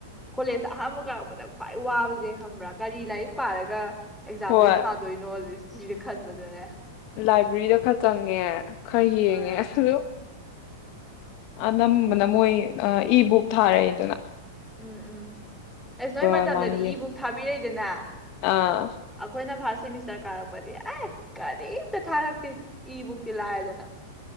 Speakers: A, in the centre; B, on the left.
A: ꯗꯤ ꯀꯣꯂꯦꯖ ꯑꯍꯥꯟ ꯕꯥ ꯀꯔꯄꯥꯗꯥ ꯈꯋꯥꯏ ꯋꯥꯕꯥ꯫ ꯦꯔ ꯀꯥꯔꯤ ꯂꯥꯏꯔꯤꯛ ꯄꯥꯔꯥꯒꯥ ꯑꯦꯀꯖꯥꯝ
B: ꯍꯣꯏ
A: ꯁꯦ ꯊꯥꯗꯣꯏꯅꯣ ꯁꯦ꯫ ꯆꯔ ꯈꯗꯕꯗꯅ
B: ꯂꯥꯏꯕ꯭ꯔꯦꯔꯤ ꯗꯥ ꯈ꯭ꯔꯥ ꯆꯉ꯭ꯒꯦ꯫ ꯈ꯭ꯔꯥ ꯌꯦꯡꯒꯦ
A: ꯎꯝ
B: ꯑꯗꯨ꯫ ꯑꯅꯕꯅꯥ ꯃꯣꯏ ꯑꯥ ꯏꯕꯨꯛ ꯊꯥꯔꯦꯏ ꯗꯤ. ꯑꯦꯟ. ꯑꯦ
A: ꯎꯝ ꯎꯝ ꯑꯦꯁ ꯅꯣꯏ ꯃꯇꯝ
B: ꯑꯗꯨꯃꯥꯏꯅ
A: ꯗꯥ ꯗꯦ
B: ꯌꯦꯡ
A: ꯕꯨꯛ ꯊꯥꯕꯤꯔꯦꯏ ꯗ꯭ꯅꯥ
B: ꯑꯥ
A: ꯑꯈꯣꯏꯅꯥ ꯑꯍꯥꯅꯕꯥ꯫ ꯁꯦꯃꯤꯁ꯭ꯇꯔ ꯀꯔꯄꯥ ꯗꯤ ꯑꯦꯍꯍ ꯀꯔꯦꯃꯗꯥ ꯊꯥꯔꯀꯇꯦ꯫ ꯏꯕꯨꯛ ꯗꯤ ꯂꯥꯏꯔꯥ ꯗꯤ. ꯑꯦꯟ. ꯑꯦ